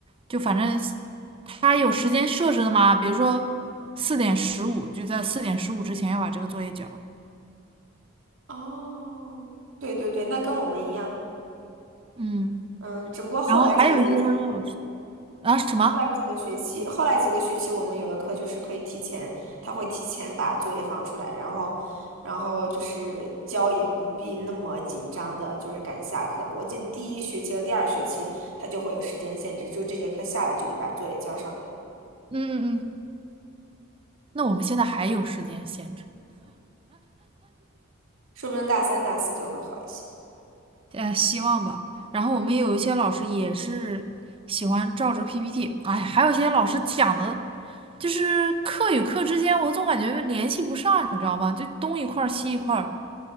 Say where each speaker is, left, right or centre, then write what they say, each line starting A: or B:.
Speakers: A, on the right; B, on the right.
A: 就反正他有时间设置的嘛，比如说四点十五，就在四点十五之前要把这个作业交了
B: 哦，对对对，那跟我们一样。
A: 嗯，
B: 嗯，只不过后来几个学期，
A: 然后还有一些老师啊什么，
B: 后来几个学期，后来几个学期，我们有的课就是可以提前，他会提前把作业放出来，然后，然后就是交也不必那么紧张的，就是赶下课。我记得第一学期和第二学期，他就会有时间限制，就这节课下了就得把作业交上来，
A: 嗯嗯嗯，那我们现在还有时间限制。
B: 说不定大三、大四就会好一些。
A: 呃，希望吧。然后我们有一些老师也是喜欢照着 PPT，哎，还有一些老师讲的，就是课与课之间，我总感觉联系不上，你知道吗？就东一块儿西一块儿，